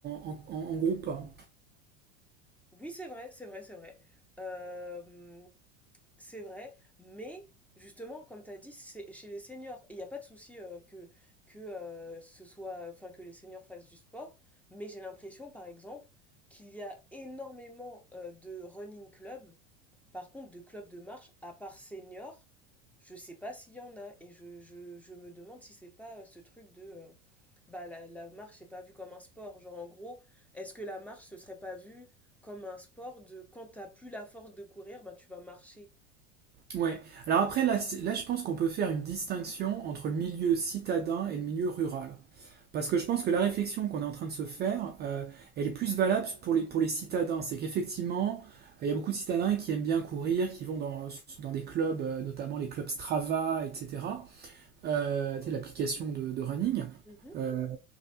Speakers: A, on the right; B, in the centre.
A: en, en- en- en groupe. un.
B: Oui, c'est vrai, c'est vrai, c'est vrai. Euh, C'est vrai, mais justement, comme tu as dit, c'est chez les seniors. Il n'y a pas de souci euh, que, que, euh, ce soit, enfin, que les seniors fassent du sport, mais j'ai l'impression, par exemple, qu'il y a énormément euh, de running clubs. Par contre, de clubs de marche, à part seniors, je sais pas s'il y en a. Et je, je, je me demande si c'est pas euh, ce truc de. euh, bah, la, la marche, c'est pas vu comme un sport. Genre, en gros, est-ce que la marche, ce serait pas vu comme un sport de quand t'as plus la force de courir, bah, tu vas marcher?
A: Ouais. Alors après, là, c'est- là, je pense qu'on peut faire une distinction entre le milieu citadin et le milieu rural. Parce que je pense que la réflexion qu'on est en train de se faire, euh, elle est plus valable pour les, pour les citadins. C'est qu'effectivement, euh, il y a beaucoup de citadins qui aiment bien courir, qui vont dans, dans des clubs, euh, notamment les clubs Strava, etc. euh, tu sais, l'application de, de running.
B: Mhm.
A: Euh,